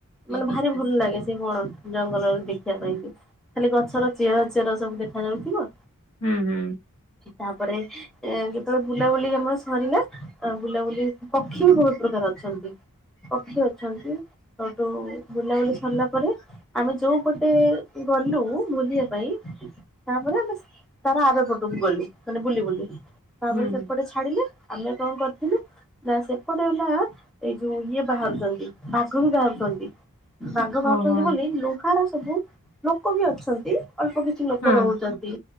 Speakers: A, in the centre; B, on the left.
A: ମାନେ
B: ଆଜ୍ଞା
A: ଭାରି
B: ଆଜ୍ଞା
A: ଭଲ ଲାଗେ ସେ ଗୁଣ ଜଙ୍ଗଲ ଦେଖିବା ପାଇଁ କି ଖାଲି ଗଛର ଚେରା ଚେର ସବୁ ଦେଖାଯାଉଥିବ।
B: ହୁଁ ହୁଁ।
A: ତାପରେ ଏ ଯେତେବେଳେ ବୁଲାବୁଲି ଆମର ସରିଲା ଆ ବୁଲାବୁଲି, ପକ୍ଷୀ ବି ବହୁତ ପ୍ରକାର ଅଛନ୍ତି। ପକ୍ଷୀ ଅଛନ୍ତି। ସେଠୁ ବୁଲାବୁଲି ସରିଲା ପରେ, ଆମେ ଯୋଉ ପଟେ ଗଲୁ ବୁଲିବାକୁ ତାରି ପାଇଁ ତା ପରେ ତାର ଆର ପଟକୁ ଗଲୁ ମାନେ ବୁଲି ବୁଲି ତାପରେ
B: ହୁଁ
A: ସେପଟେ
B: ହୁଁ
A: ଛାଡିଲେ ଆମେ କଣ କରିଥିଲୁ? ନା ସେପଟେ ନା ଏଇ ଯୋଉ ଇଏ ବାହାରୁଛନ୍ତି ବାଘ ବି ବାହାରୁଛନ୍ତି। ବାଘ ବାହାରୁଛନ୍ତି
B: ଓହୋ
A: ବୋଲି ଲୁହା ର ସବୁ ଲୋକ ବି ଅଛନ୍ତି ଅଳ୍ପ କିଛି କିଛି ଲୋକ
B: ହଁ।
A: ରହୁଛନ୍ତି,